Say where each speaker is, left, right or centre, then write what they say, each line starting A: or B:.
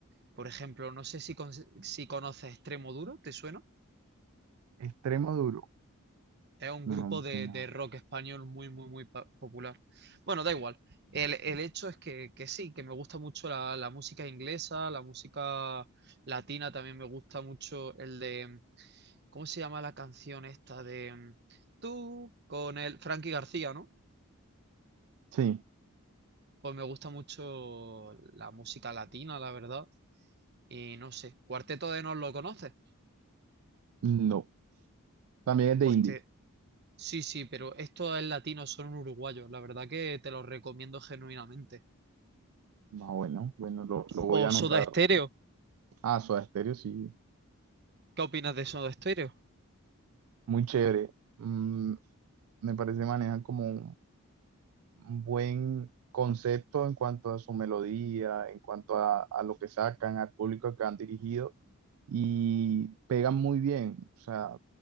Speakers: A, on the right (about 45°); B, on the right (about 70°).
A: Por ejemplo, no sé si, con- si conoces Extremoduro, ¿te suena?
B: Extremo duro.
A: Es un
B: No,
A: grupo
B: no me
A: de,
B: suena.
A: de rock español muy, muy, muy pa- popular. Bueno, da igual. El, el hecho es que, que sí, que me gusta mucho la, la música inglesa, la música latina también me gusta mucho el de, ¿cómo se llama la canción esta de mm, tú con el Frankie García, ¿no?
B: Sí,
A: Pues me gusta mucho la música latina, la verdad. Y no sé, Cuarteto de Nos lo conoces.
B: no. También es de
A: Pues
B: indie.
A: te... Sí, sí, pero esto es latino, son uruguayos. La verdad que te los recomiendo genuinamente.
B: Ah, bueno, bueno, lo, lo voy
A: O
B: a anotar.
A: Soda Stereo.
B: Ah, Soda Stereo, sí,
A: ¿Qué opinas de Soda Stereo?
B: muy chévere. Mm, me parece manejan como un buen concepto en cuanto a su melodía, en cuanto a, a lo que sacan, al público que han dirigido y pegan muy bien. O sea,